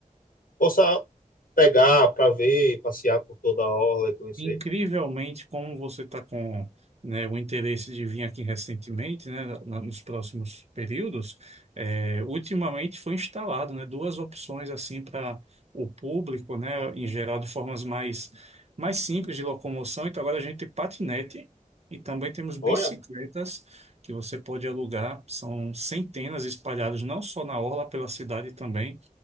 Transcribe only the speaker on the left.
possa pegar para ver, passear por toda a orla e conhecer?
Olha.